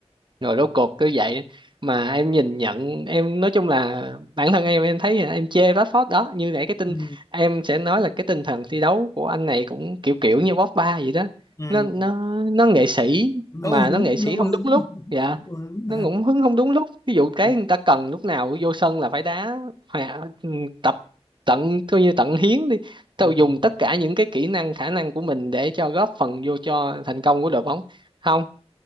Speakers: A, on the right; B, on the left.
A: rồi rốt cuộc cứ vậy mà em nhìn nhận em nói chung là bản thân em em thấy là em chê Rashford đó như nãy cái tinh
B: Ừ.
A: em sẽ nói là cái tinh thần thi đấu của anh này cũng kiểu kiểu như Pogba vậy đó
B: Ừ.
A: nó nó
B: Ừ.
A: nó nghệ sĩ
B: Ngẫu
A: mà
B: hứng,
A: nó nghệ sĩ
B: ngẫu
A: không
B: hứng.
A: đúng lúc dạ
B: Ngẫu hứng.
A: nó cũng hứng không đúng lúc ví dụ cái
B: Ừ.
A: người ta cần lúc nào vô sân là phải đá hòa- ừ, tập tận coi như tận hiến đi tao
B: Ừ.
A: dùng tất cả những cái kỹ năng khả năng của mình để cho góp phần vô cho thành công của đội bóng không